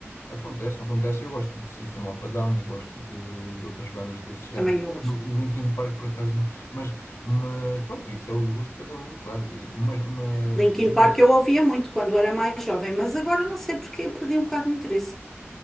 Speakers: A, on the left; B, in the centre.
A: Acontece, acontece. Eu gosto de System of a Down e gosto de, de outras bandas desse género.
B: Também eu gosto.
A: No- Linkin Park, por acaso, não. Mas, mas pronto, isso é o gosto de cada um, claro. E, mas, mas,
B: Linkin
A: mas
B: Park
A: é
B: eu ouvia muito quando era mais jovem, mas agora não sei porque perdi um bocado de interesse.